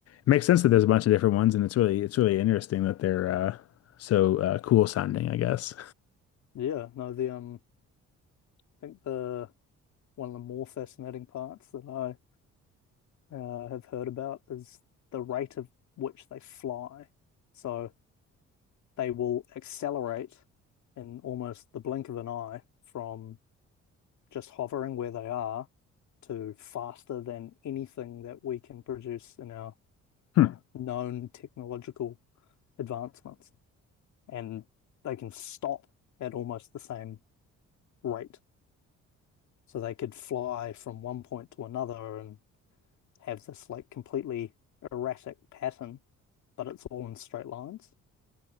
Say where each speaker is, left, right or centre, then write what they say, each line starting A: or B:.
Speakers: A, on the left; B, on the left.
A: makes sense that there's a bunch of different ones, and it's really it's really interesting that they're uh, so uh, cool sounding, I guess.
B: Yeah, no, the um, I think the one of the more fascinating parts that I uh, have heard about is the rate of which they fly. So they will accelerate in almost the blink of an eye from just hovering where they are to faster than anything that we can produce in our, well,
A: <laughs>
B: known technological advancements. And they can stop at almost the same rate. So they could fly from one point to another and have this like completely erratic pattern, but it's all in straight lines.